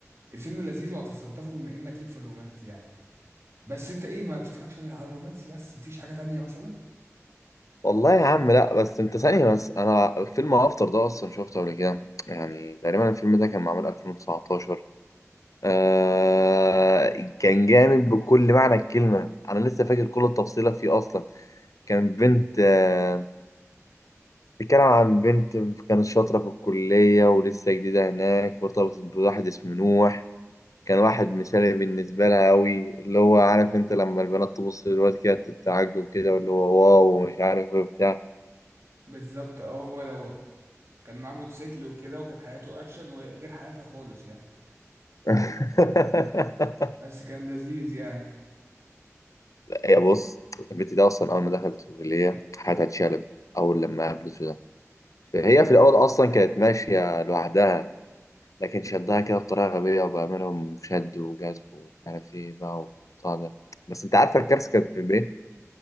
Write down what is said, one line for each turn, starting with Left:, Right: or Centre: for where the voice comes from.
Right: الفيلم لذيذ وهتستلطفه بما انك ليك في الرومانسي يعني بس انت ايه ما بتتفرجش غير على الرومانسي بس مفيش حاجة تانية مثلا
Left: والله يا عم لا بس أنت ثانية بس أنا فيلم أفطر ده أصلا شفته قبل كده يعني تقريبا الفيلم ده كان معمول 2019 آه كان جامد بكل معنى الكلمة أنا لسه فاكر كل التفصيلة فيه أصلا كان بنت آه، بيتكلم عن بنت كانت شاطرة في الكلية ولسه جديدة هناك وارتبطت بواحد اسمه نوح كان واحد مثالي بالنسبة لها أوي اللي هو عارف أنت لما البنات تبص للواد كده تتعجب كده واللي هو واو ومش عارف إيه وبتاع
Right: بالظبط اه هو دوت كان معاه موتوسيكل وكده وكانت حياته اكشن وغير حياتها خالص يعني
Left: <laughs>
Right: بس كان لذيذ يعني
Left: هي بص البنت دي أصلا أول ما دخلت الكلية حياتها اتشقلبت أول لما قابلته ده فهي في الأول أصلا كانت ماشية لوحدها لكن شدها كده بطريقة غبية وبعملهم شد وجذب ومش عارف ايه بقى والبتاع ده بس انت عارفة الكارثة كانت في ايه؟